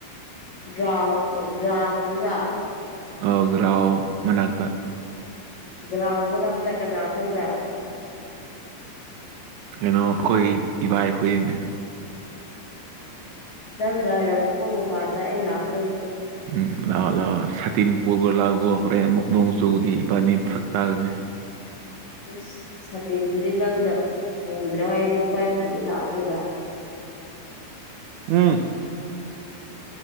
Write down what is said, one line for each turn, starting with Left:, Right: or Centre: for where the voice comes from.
Left: ꯒ꯭ꯔꯥꯎꯟ ꯒ꯭ꯔꯥꯎꯟꯗꯨꯗ
Right: ꯑ ꯒ꯭ꯔꯥꯎꯟ ꯃꯅꯥꯥꯛꯇꯥ
Left: ꯒ꯭ꯔꯥꯎꯟ ꯃꯅꯥꯛꯇ ꯀꯅꯥ ꯑꯩꯈꯣꯏꯗ
Right: ꯀꯩꯅꯣ ꯑꯩꯈꯣꯏ ꯏꯕꯥꯢ ꯈꯣꯏꯒꯤꯅꯦ
Left: ꯅꯪ ꯂꯩꯔꯝꯃꯨꯀꯣ ꯃꯄꯥꯟꯗ ꯑꯩ ꯂꯥꯛꯇꯣꯏꯅꯦ
Right: ꯎꯝ ꯂꯥꯛꯑꯣ ꯂꯥꯛꯑꯣ ꯁꯇꯤꯟ ꯄꯨꯈ꯭ꯔꯣ ꯂꯥꯛꯑꯣꯒꯣ ꯍꯣꯔꯦꯟ ꯑꯃꯨꯛ ꯅꯣꯡꯆꯨꯗꯤ ꯏꯕꯥꯅꯤ ꯐꯔꯛ ꯇꯥꯒꯅꯤ
Left: ꯏꯁ ꯁꯇꯦꯟꯗꯨꯗꯤ ꯅꯪꯗ ꯄꯨꯗ꯭ꯔꯒꯗꯤ ꯀꯃꯥꯏ ꯄꯨꯕ ꯂꯥꯛꯇꯣꯏꯕ
Right: ꯎꯝ